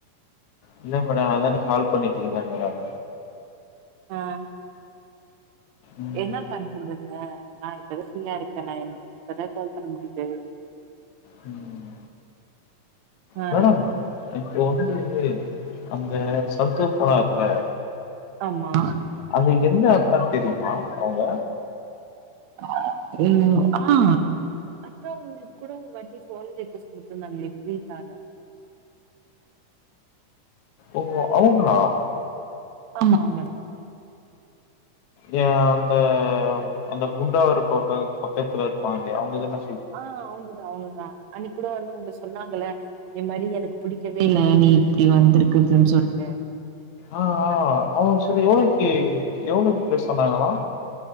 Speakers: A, on the left (about 70°); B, on the right (about 70°).
A: இல்ல மேடம் அதா நீ கால் பண்ணிட்டீங்கல்ல மேடம்
B: ஆ
A: ம்
B: என்ன பண்றதுங்க நா இப்பதா ஃப்ரீயா இருக்க நா எ இப்பதா கால் பண்ண முடியிது
A: ம்
B: ஆ
A: மேடம் இப்போ வந்து அந்த சந்தோ போனார்ல
B: ஆமா
A: அந்த என்ன அக்கானு தெரியுமா அவங்க
B: ஆ ம் ஆ அதா உங்ககூட ஒருவாட்டி ஃபோன் ரெக்கீயுஸ்ட் குடுத்துருந்தாங்களே ப்ரீத்தானு
A: ஓ, அவுங்களா
B: ஆமா அவுங்கதா
A: ஏ அந்த அந்த குண்டாவூர் பக்க பக்கத்துல இருப்பாங்களே அவங்கதான
B: ஆ‌ அவங்கதா அவங்கதா அன்னைக்கி கூட வந்து உங்கள சொன்னாங்கள இந்த மாரி எனக்கு புடிக்கவே இல்ல நீ இப்டி வந்துருக்றதுன்னு சொல்ட்டு
A: ஆ ஆ அவுங்க செரி எவ்ளோக்கு எவ்ளோக்கு பேச சொன்னாங்களா